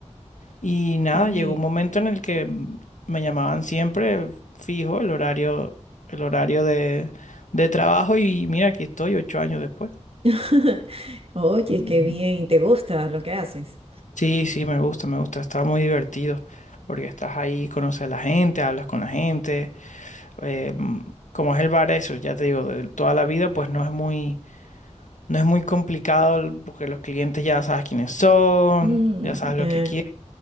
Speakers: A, on the left; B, on the right.
A: Y nada,
B: Qué bien.
A: llegó un momento en el que mm, me llamaban siempre fijo el horario, el horario de, de trabajo y mira, aquí estoy ocho años después.
B: <laughs> Oye,
A: Ujú.
B: qué bien, ¿te gusta lo que haces?
A: Sí, sí, me gusta, me gusta, está muy divertido porque estás ahí, conoces a la gente, hablas con la gente. eh, mm, como es el bar, eso, ya te digo, de toda la vida, pues no es muy, no es muy complicado el- porque los clientes ya sabes quiénes son,
B: Mm,
A: ya sabes
B: ya,
A: lo que quieren.